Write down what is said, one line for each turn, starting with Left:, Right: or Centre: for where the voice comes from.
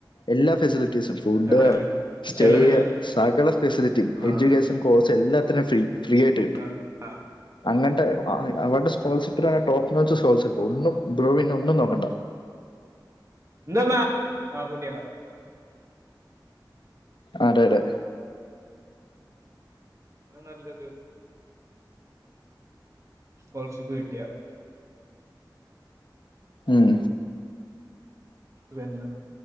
Left: എല്ലാ ഫെസ് ലിറ്റീസും. ഫുഡ്,
Right: നമ്മുടെല്ലേ
Left: സ്റ്റേയ്യ
Right: ചെലവെല്ലാം
Left: സകല ഫെസിലിറ്റിം.
Right: ആ
Left: എഡ്യൂക്കേഷൻ കോഴ്സ് എല്ലാത്തിനും ഫ്രീ. ഫ്രീ ആയിട്ട് കിട്ടും
Right: ആ ആ
Left: അങ്ങട്ട്. ആ അവര്ടെ സ്കോളർഷിപ്പിലാണ് ടോപ്പ് നോച്ച് സോൾസിപ്പ് ഒന്നും ബ്രോ പിന്നൊന്നും നോക്കണ്ട.
Right: ന്ന ന്നാ ആ പൂട്ട്യക്കാ.
Left: ആട
Right: ആ
Left: ടെ.
Right: അവ് നല്ലൊരു. സ്കോളർഷിപ്പ് കിട്ടിയ.
Left: ഉം.
Right: വെര്ന്ന